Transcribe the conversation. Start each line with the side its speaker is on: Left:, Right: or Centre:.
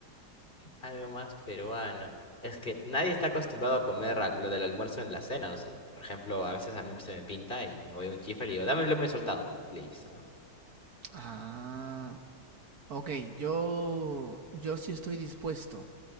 Left: algo más peruano. Es que nadie está acostumbrado a comer a- lo del almuerzo en la cena, ¿o sí? Por ejemplo, a veces a mí se me pinta y me voy a un chifa y le digo, dame un lomo soltado. Listo, ¿no?
Right: Ah, ok, yo, yo sí estoy dispuesto.